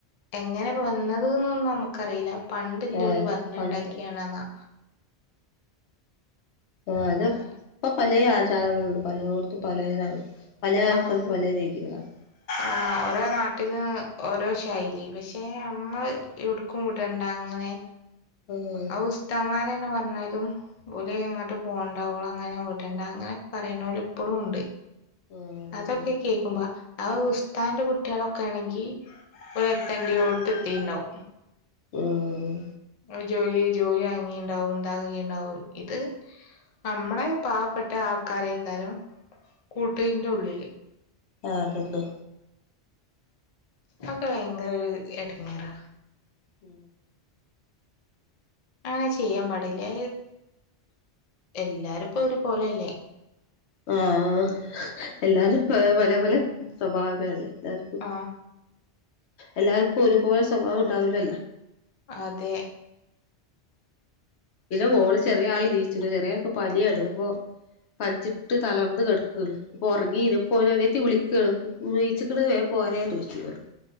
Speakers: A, on the left; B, on the left.
A: എങ്ങനെ വന്നത് എന്നൊന്നും നമുക്കറിയില്ല പണ്ടില്ലല്
B: ആഹ്
A: പറ
B: പണ്ട്
A: ഉണ്ടാക്കിയണെന്നാ.
B: ആഹ് അത്
A: ഞാന്
B: ഇപ്പൊ പലേ ആചാരങ്ങളുണ്ട് പലേടത്തും പലേതാണ്. പല ആൾക്കാർക്ക്
A: ആഹ്
B: പല രീതികളാണ്
A: ആഹ് ഓരോ നാട്ടില് ഓരോ ശൈലി പക്ഷെ നമ്മള് എവിടുക്കും ട്ടണ്ട അങ്ങനെ
B: ആഹ്
A: അത് ഉസ്തമാരന്നെ പറഞ്ഞരും ഓലെങ്ങട്ട് പോണ്ടാ ഓളെ അങ്ങനെ വിടണ്ട അങ്ങനെയൊക്കെ പറയുന്നോല് ഇപ്പോഴും ഉണ്ട്
B: ആഹ്
A: അതൊക്കെ കേക്കുമ്പ അത് ഉസ്താന്റെ കുട്ടികളൊക്കെ ആണെങ്കി ഓരു എത്തണ്ടോടുത്ത് എത്തിയുണ്ടാവും
B: ആഹ്
A: ഒരു ജോലി ജോലി വാങ്ങിയുണ്ടാവും ഇന്താക ഉണ്ടാവും ഇത് നമ്മളെ പാവപ്പെട്ട ആൾക്കാരയ്ക്കാരം കൂട്ടീന്റെ ഉള്ളില്
B: ആഹ് അതന്നെ
A: അതൊക്കെ ഭയങ്കര ഒരു എടങ്ങേറാ
B: ഉ
A: അങ്ങനെ ചെയ്യാൻ പാടില്ലേ എല്ലാരുംപ്പൊഒര് പോലെല്ലേ
B: ആഹ് എല്ലാരും പല പല സ്വഭാവക്കാരല്ലേ എല്ലാർക്കും
A: ആഹ്
B: എല്ലാർക്കും ഒരുപോലെ സ്വഭാവം ഉണ്ടാവില്ലല്ലോ
A: അതെ
B: പിന്നെ മോള് ചെറിയ ആളില്ലീ ചെറിയാക്ക് പനിയാണ് അപ്പൊ പനിച്ചിട്ട് തളർന്ന് കെട് ക്ക്ണ് പ്പൊ ഒറങ്ങി പോ അനിയത്തി വിളിക്കണ് ഈച്ച്ക്ക്‌ണ് വേഗം പോരെ ന്ന് ചുങ്ങാണ്ട്